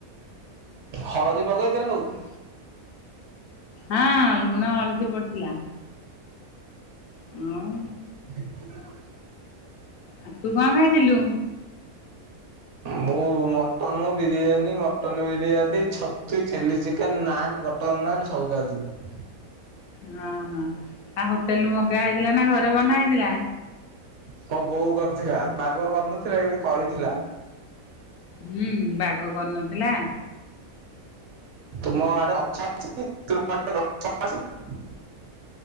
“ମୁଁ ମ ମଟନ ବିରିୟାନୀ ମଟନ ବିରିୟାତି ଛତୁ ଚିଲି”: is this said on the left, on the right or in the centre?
Right